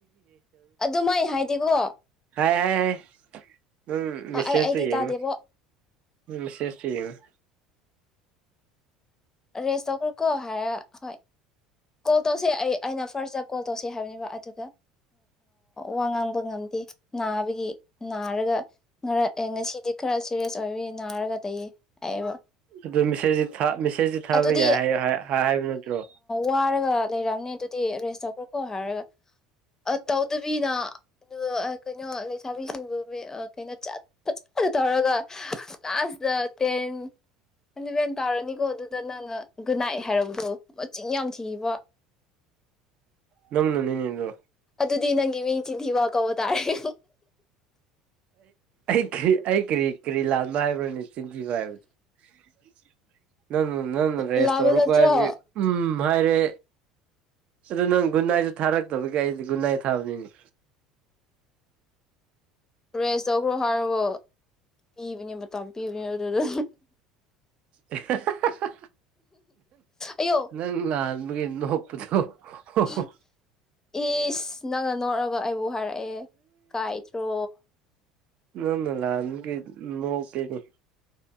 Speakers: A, on the left; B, on the right.
A: ꯑꯗꯨꯃꯥꯏ ꯍꯥꯏꯗꯤꯀꯣ
B: ꯍꯥꯏ ꯍꯥꯏ ꯍꯥꯏ ꯎꯝ ꯃꯦꯁꯦꯖ
A: ꯑꯩ ꯑꯩꯗꯤ
B: ꯇ ꯌꯦꯉꯨ
A: ꯇꯥꯗꯦꯕꯣ
B: ꯎꯁꯦꯁꯇꯨ ꯌꯦꯡꯉꯨ
A: ꯔꯦꯆꯇꯧꯈ꯭ꯔꯣꯀꯣ ꯍꯥꯢꯔ ꯍꯣꯢ ꯀꯣꯜ ꯇꯧꯁꯦ ꯑꯩ ꯑꯩꯅ ꯐꯔꯖꯞ ꯀꯣꯜ ꯇꯧꯁꯤ ꯍꯥꯏꯕꯅꯦꯕ ꯑꯗꯨꯒ ꯋꯥ ꯉꯥꯡꯕ ꯉꯝꯗꯦ ꯅꯥꯕꯒꯤ ꯅꯥꯔꯒ ꯉꯔ ꯑꯦ ꯉꯁꯤꯗꯤ ꯈꯔ ꯁꯤꯔꯤꯌꯁ ꯑꯣꯏꯕꯅꯤ ꯅꯥꯔꯒ ꯇꯌꯦ ꯍꯥꯏꯕ
B: ꯑꯗꯨ ꯃꯦꯁꯦꯖꯇ ꯃꯤꯁꯦꯖꯇ ꯊꯥꯕ
A: ꯑꯗꯨꯗꯤ
B: ꯌꯥꯏ ꯍꯥꯏꯕ ꯅꯠꯇ꯭ꯔꯣ
A: ꯋꯥꯔꯒꯠ ꯂꯩꯔꯛꯑꯅꯤ ꯑꯗꯨꯗꯤ ꯔꯦꯁ ꯇꯧꯈ꯭ꯔꯣꯀꯣ ꯍꯥꯏꯔꯒ ꯑ ꯇꯧꯗꯕꯤꯅ ꯑꯗꯨꯒ ꯀꯩꯅꯣ ꯂꯩꯁꯥꯕꯤꯁꯤꯡꯕꯨ ꯀꯩꯅꯣꯠ ꯐꯖꯅ ꯇꯧꯔꯒ ꯂꯥꯖꯗ ꯇꯦꯟ ꯑꯦꯂꯚꯦꯟ ꯇꯥꯔꯅꯤꯀꯣ ꯑꯗꯨꯗ ꯅꯪꯅ ꯒꯨꯅꯥꯏ ꯍꯥꯏꯔꯕꯗꯣ ꯆꯤꯡ ꯌꯥꯝ ꯊꯤꯕ
B: ꯅꯪꯅꯅꯤꯅꯦ ꯑꯗꯨ
A: ꯑꯗꯨꯗꯤ ꯅꯪꯒꯤ ꯃꯤꯡ ꯆꯤꯟꯊꯤꯕ ꯀꯧꯕ ꯇꯥꯔꯦ
B: ꯑꯩ ꯑꯩ ꯀꯔꯤ ꯀꯔꯤ ꯂꯥꯜꯃ ꯍꯥꯏꯕ꯭ꯔꯣꯅꯦ ꯆꯤꯟꯖꯤꯕ ꯍꯥꯏꯕ꯭ꯔ <inaudible> ꯅꯪ ꯅꯪꯅ ꯔꯦꯁ
A: ꯂꯥꯕ
B: ꯇꯧꯔꯛꯄ
A: ꯅꯠꯇ꯭ꯔꯣ
B: ꯍꯥꯏꯕꯒꯤ ꯎ ꯍꯥꯏꯔꯦ ꯑꯗꯨ ꯅꯪ ꯒꯨꯟꯅꯥꯏꯁꯨ ꯊꯥꯔꯛꯇꯕꯒꯤ ꯑꯩꯗꯤ ꯒꯨꯟꯅꯥꯏ ꯊꯥꯕꯅꯤꯅꯤ
A: ꯔꯦꯁ ꯇꯧꯈ꯭ꯔꯣ ꯍꯥꯏꯔꯕꯣ ꯄꯤꯕꯅꯦ ꯃꯇꯝ ꯄꯤꯕꯅꯦ ꯑꯗꯨꯗ
B: ꯑꯦꯍꯥꯍꯥꯍꯥ
A: ꯑꯌꯣ
B: ꯅ ꯅꯪ ꯂꯥꯜ ꯑꯗꯨꯒꯤ ꯅꯣꯛꯄꯗꯣ ꯍꯣ
A: ꯍ
B: ꯍꯣ
A: ꯏꯁ ꯅꯪꯅ ꯅꯣꯠꯂꯒ ꯑꯩꯕꯨ ꯍꯥꯏꯔꯛꯑꯦ ꯀꯥꯏꯗ꯭ꯔꯣ
B: ꯅꯪꯅ ꯂꯥꯟꯕꯒꯤ ꯅꯣꯛꯏꯅꯤ